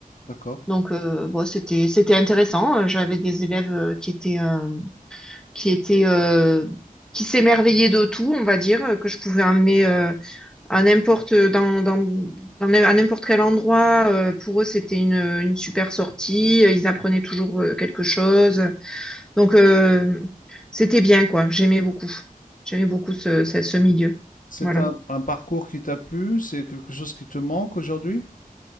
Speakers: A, on the left; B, in the centre.
A: D'accord.
B: Donc, euh, bon, c'était c'était intéressant. Euh, J'avais des élèves euh, qui étaient euh, qui étaient euh, qui s'émerveillaient de tout, on va dire, euh, que je pouvais emmener euh, à n'importe dans, dans, dans n'im- à n'importe quel endroit. Euh, pour eux, c'était une, une super sortie. Ils apprenaient toujours euh, quelque chose. Donc, euh, c'était bien, quoi. J'aimais beaucoup. J'aimais beaucoup ce, ce, ce milieu.
A: C'est
B: Voilà.
A: un, un parcours qui t'a plu? C'est quelque chose qui te manque aujourd'hui?